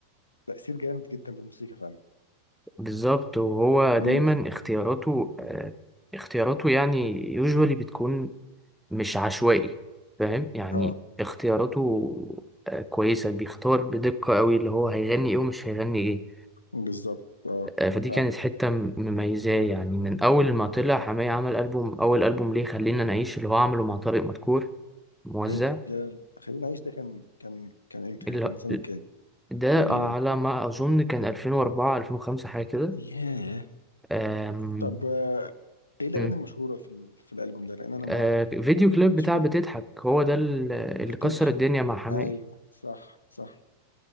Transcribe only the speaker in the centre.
بالظبط وهو دايما
اختياراته آه اختياراته يعني يوجوالي بتكون مش عشوائي فاهم يعني
اختياراته آه كويسة بيختار بدقة قوي اللي هو هيغني ايه ومش هيغني ايه
آه فدي
كانت حتة م- مميزاه يعني من اول ما طلع حماية عمل ألبوم اول ألبوم ليه خلينا نعيش اللي هو عمله مع طارق مدكور موزع
اللي-
ده
على ما اظن كان 2004 2005 حاجة كده
آم،
م،
آه،
فيديو كليب
بتاع
بتضحك هو ده ال- اللي
كسر الدنيا مع حماقي